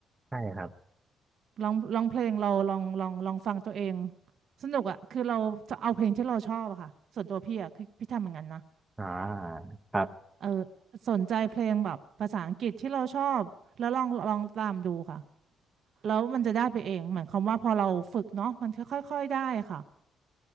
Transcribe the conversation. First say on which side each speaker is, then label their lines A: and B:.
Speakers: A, on the right; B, on the right.
A: ใช่ครับ
B: ร้องร้องเพลงเราลองลองลองฟังตัวเองสนุกอ่ะคือเราจะเอาเพลงที่เราชอบอะค่ะส่วนตัวพี่อ่ะคือพี่ทำเหมือนกันนะ
A: อ่าครับ
B: เออสนใจเพลงแบบภาษาอังกฤษที่เราชอบแล้วลองลองตามดูค่ะแล้วมันจะได้ไปเองเหมือนคำว่าพอเราฝึกเนาะมันค่อยๆค่อยได้ค่ะ